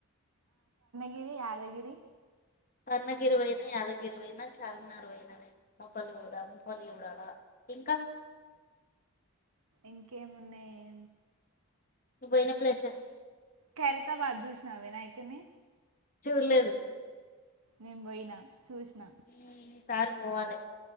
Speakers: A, on the right (about 85°); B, on the left (about 40°).
A: గిరి యాదగిరి
B: స్వర్ణగిరి పోయినా యాదగిరి పోయినా చార్మినార్ పోయినా నేను మోపల్లి పోలా అంపల్లి చూడాల ఇంకా అ
A: ఇంకేమున్నాయి
B: నువ్ పోయిన ప్లేసెస్
A: ఖైరతాబాద్ చూస్నావా వినాయకుణ్ణి
B: చూడలేదు
A: నేను పోయినా చూసిన
B: ఈ సారి పోవాలే